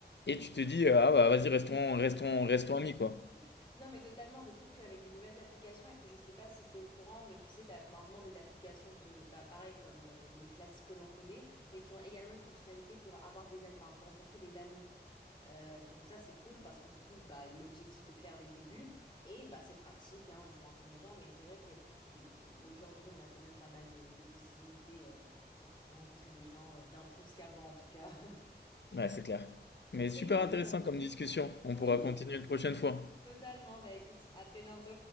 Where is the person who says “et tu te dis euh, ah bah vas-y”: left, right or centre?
Left